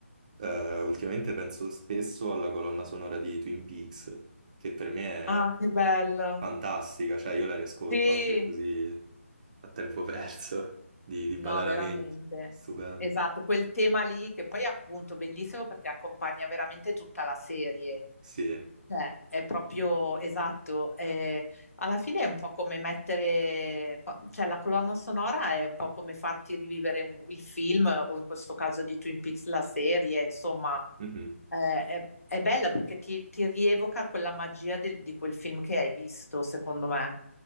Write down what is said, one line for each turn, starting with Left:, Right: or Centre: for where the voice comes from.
Right: eh, ultimamente penso spesso alla colonna sonora di Twin Peaks, che per me è
Left: Ah, che bello.
Right: fantastica, cioè io la riascolto
Left: Sì,
Right: anche così a tempo perso,
Left: da-
Right: di, di
Left: no,
Right: badalamenti.
Left: veramente.
Right: Stupendo.
Left: Esatto, quel tema lì che poi è appunto bellissimo perché accompagna veramente tutta la serie.
Right: Sì.
Left: Cioè, è proprio esatto. eh, alla fine è un po' come mettere, qua- cioè la colonna sonora è un po' come farti rivivere un- il film o in questo caso di Twin Peaks la serie, insomma,
Right: Mhm.
Left: eh, è, è bella perché ti, ti rievoca quella magia del- di quel film che hai visto, secondo me.